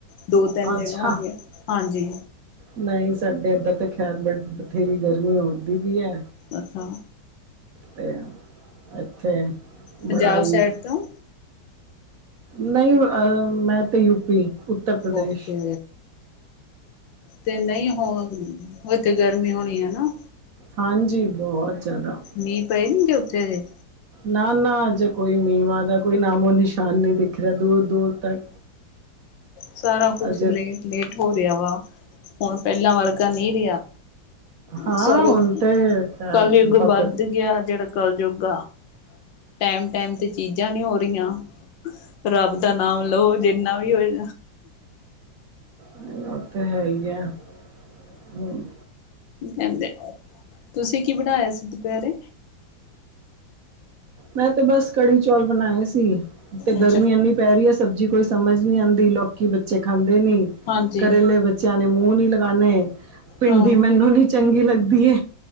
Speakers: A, on the left (about 80°); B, on the right (about 65°).
A: ਦੋ ਤਿੰਨ ਦਿਨ
B: ਅੱਛਾ
A: ਹੋ ਗਏ ਹਾਂਜੀ
B: ਨਹੀਂ ਸਾਡੇ ਇੱਧਰ ਤਾਂ ਖੈਰ ਬੜ ਬਥੇਰੀ ਗਰਮੀ ਉਦੀ ਵੀ ਹੈ
A: ਅੱਛਾ
B: ਤੇ ਆ ਇੱਥੇ
A: ਪੰਜਾਬ
B: ਬੜਾ ਹੀ
A: ਸਾਈਡ ਤੋਂ
B: ਨਹੀਂ ਅਹ ਮੈਂ ਤੇ ਯੂਪੀ ਉੱਤਰ ਪ੍ਰਦੇਸ਼
A: ਓਕੇ ਤੇ ਨਹੀਂ ਹੁਣ ਉੱਥੇ ਗਰਮੀ ਹੋਣੀ ਹੈ ਨਾ
B: ਹਾਂਜੀ ਬਹੁਤ ਜ਼ਿਆਦਾ
A: ਮੀਂਹ ਪਏ ਨੀ ਜੇ ਉੱਥੇ ਦੇ
B: ਨਾ ਨਾ ਅੱਜ ਕੋਈ ਮੀ ਮਾਂ ਦਾ ਕੋਈ ਨਾਮੋ ਨਿਸ਼ਾਨ ਨੀ ਦਿਖ ਰਿਹਾ ਦੂਰ ਦੂਰ ਤੱਕ
A: ਸਾਰਾ ਕੁਛ
B: ਅਜੇ
A: ਲੇਟ ਲੇਟ ਹੋ ਰਿਹਾ ਵਾ ਹੁਣ ਪਹਿਲਾਂ ਵਰਗਾ ਨਹੀਂ ਰਿਹਾ
B: ਹਾਂ
A: ਸਾਰਾ
B: ਹੁਣ ਤੇ ਖੈਰ
A: ਕਲਯੁੱਗ
B: ਬਹੁਤ
A: ਵੱਧ
B: ਗਰਮੀ
A: ਗਿਆ ਜਿਹੜਾ ਕਲਯੁੱਗ ਆ ਟੈਮ ਟਾਈਮ ਤੇ ਚੀਜ਼ਾਂ ਨੀ ਹੋ ਰਹੀਆਂ ਰੱਬ ਦਾ ਨਾਮ ਲਓ ਜਿੰਨਾ ਵੀ ਹੋਏ
B: ਉਹ ਤੇ ਹੈ ਹੀ ਆ ਹਮ
A: ਕਹਿੰਦੇ ਤੁਸੀਂ ਕੀ ਬਣਾਇਆ ਸੀ ਦੁਪਹਿਰੇ
B: ਮੈਂ ਤੇ ਬਸ ਕੜੀ ਚੌਲ ਬਣਾਏ ਸੀ ਤੇ
A: ਅੱਛਾ
B: ਗਰਮੀ ਇੰਨੀ ਪੈ ਰਹੀ ਹੈ ਸਬਜ਼ੀ ਕੋਈ ਸਮਝ ਨੀ ਆਉਂਦੀ ਲੋਕੀ ਬੱਚੇ ਖਾਂਦੇ ਨੀ
A: ਹਾਂਜੀ
B: ਘਰੇਲੇ ਬ ਬੱਚਿਆਂ ਨੇ ਮੂੰਹ ਨੀ ਲਗਾਨੇ ਭਿੰਡੀ
A: ਹਾਂ।
B: ਮੈਨੂੰ ਨੀ ਚੰਗੀ ਲੱਗਦੀ ਏ